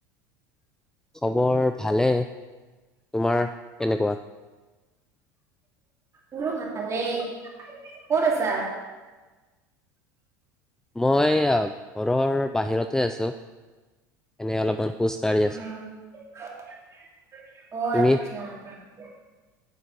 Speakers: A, in the centre; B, on the right.
A: খবৰ ভালে। তোমাৰ কেনেকুৱা?
B: মোৰো ভালে ক'ত আছা?
A: মই এইয়া ঘৰৰ বাহিৰত এ, আছোঁ। এনে অলপমান খোজ
B: উম,
A: কাঢ়ি আছো
B: অ'! আচ্ছা।
A: তুমি